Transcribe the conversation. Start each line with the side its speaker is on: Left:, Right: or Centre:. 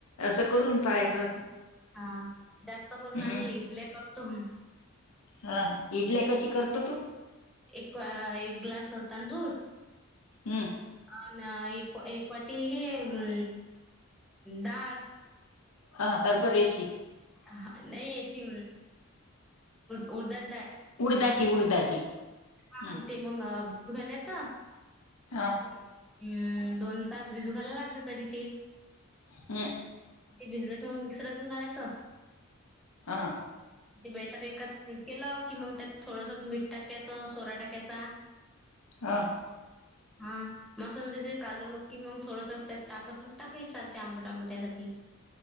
Left: असं करून पाहायचं
Centre: हा जास्त करून
Left: हम्म
Centre: आम्ही इडल्या करतो.
Left: हा इडल्या कशी करतो तु
Centre: एक एक ग्लास तांदूळ
Left: हम्म
Centre: अन् एक एक वाटी हे अ डाळ
Left: हा हरभरेची
Centre: हा नाही याची उडदाची डाळ
Left: उडदाची उडदाची
Centre: हा
Left: हम्म
Centre: ते मग भिजु घालायच हम्
Left: हा
Centre: दोन तास भिजू घायला लागते तरी ते
Left: हम
Centre: ते भिजले का मग मिक्सरातून काढायचं
Left: हा
Centre: ते बॅटर एकात केलं की मग त्यात थोडसं मीठ टाकयचं सोडा टाकायचा
Left: हां
Centre: मग समजा ते कालवलं की मग थोडसं ताक अस ताकही चालते आंबट आंबट यासाठी